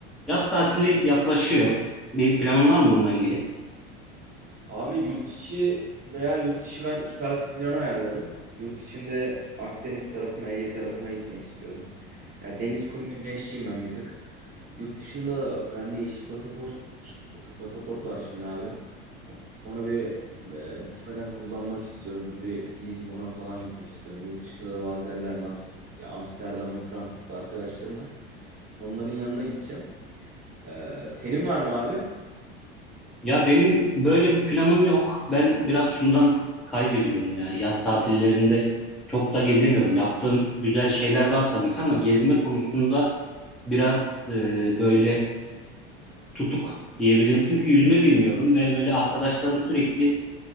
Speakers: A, in the centre; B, on the right.
A: Yaz tatili yaklaşıyor. Bir planın var mı bununla ilgili?
B: Abi yurt içi veya yurt dışı ben iki tatil planı ayarladım. Yurt içinde Akdeniz tarafına, Ege tarafına gitmek istiyorum. Ya deniz kum güneşçiyim ben bir tık. Yurt dışında da bende yeşil pasaport pasaport var şimdi abi. Onu bir e, bitmeden kullanmak istiyorum. Bir Lizbon'a falan gitmek istiyorum. Yurt dışında da bazı yerlerde Amst- ya Amsterdam ve Frankfurt'ta arkadaşlarım var. Onların yanına gideceğim. Ee, senin var mı abi?
A: Ya benim böyle bir planım yok. Ben biraz şundan kaybediyorum yani yaz tatillerinde çok da gezemiyorum. Yaptığım güzel şeyler var tabii ki ama gezme konusunda biraz e, böyle tutuk diyebilirim. Çünkü yüzme bilmiyorum ve böyle arkadaşlarım sürekli